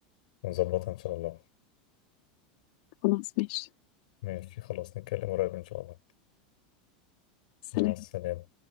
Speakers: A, on the left; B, on the left.
A: ونظبطها إن شاء الله
B: خلاص ماشي
A: ماشي خلاص نتكلم قريب إن شاء الله
B: سلام
A: مع السلامة